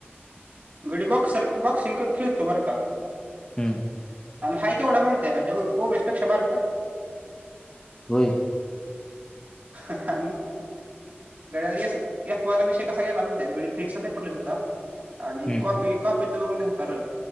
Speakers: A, on the right; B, on the left.
A: गडी बॉक्सर बॉक्सिंग कर. खेळतो बरं का.
B: हम्
A: आणि हाय केवढा माहती आहे का त्यो ओवेसपेक्षा बारकाय.
B: होय.
A: हं हं आणि गडी एफ एफ वायला विषय कसा गेला माहिताय गडी फिनिक्सचा पेपर लिहीत होता. आणि
B: हम्म
A: कॉपी कॉपीतलं बघून लिहिलता र